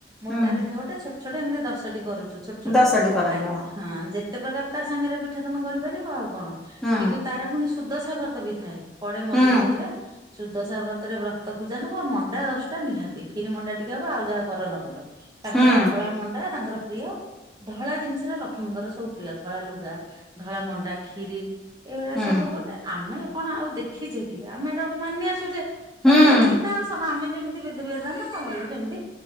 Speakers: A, on the right (about 20°); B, in the centre.
A: ମୋଟା
B: ହୁଁ
A: ପିଠା ଗୋଟେ ଛୋଟ ଛୋଟ ଏମିତି ଦଶଟି କରୁଚୁ ଛୋଟ ଛୋଟ
B: ଦଶଟି କରନ୍ତି
A: ଆ ହଁ ଯେତେ ପ୍ରକାର ତା ସାଙ୍ଗେରେ ପିଠା ତମେ କରିପାରିବ ଆଉ କଣ
B: ହୁଁ
A: କିନ୍ତୁ ତାର ଫୁଣି ସୁଦଶା ବ୍ରତ ବି ଥାଏ ପଡେ ମଝିରେ
B: ହୁଁ
A: ମଝିରେ ସୁଦଶା ବ୍ର ତରେ ବ୍ରତ ପୂଜା ହବ ମଣ୍ଡା ଦଶଟା ନିହାତି କ୍ଷୀରି ମଣ୍ଡା ଟିକେ ହବ ଆଉ ଯାହା କର ନ କର। ତାଙ୍କର
B: ହୁଁ
A: ଧଳା ମଣ୍ଡା ତାଙ୍କର ପ୍ରିୟ। ଧଳା ଜିନିଷରେ ଲକ୍ଷ୍ମୀଙ୍କର ସବୁ ପ୍ରିୟ ଧଳାଲୁଗା, ଧଳା ମଣ୍ଡା କ୍ଷୀରି। ଏଇଗୁରାକ
B: ହୁଁ
A: ସବୁ ଗୋଟେ ଆମେ କଣ ଆଉ ଦେଖିଚେ କି ଆମେ ଏଇଟା ଗୋଟେ ମାନି ଆସୁଚେ। ଧର
B: ହୁଁ
A: ମୁଁ ଦେଖିଲି ପ୍ରାୟ ସ ଆମେ ଯେମିତି ବିଧିବିଧାନ ତମର ବି ସେମତି